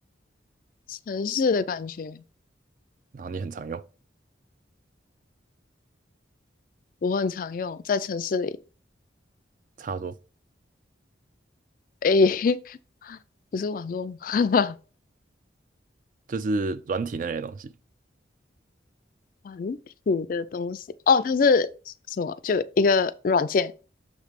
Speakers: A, on the left (about 45°); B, on the right (about 45°).
A: 城市的感觉，
B: 然后你很常用，
A: 我很常用，在城市里。
B: 差不多
A: 诶，<laughs> 不是网络吗，<laughs>
B: 就是软体那类的东西，
A: 团体的东西。哦，它是什么？就一个软件，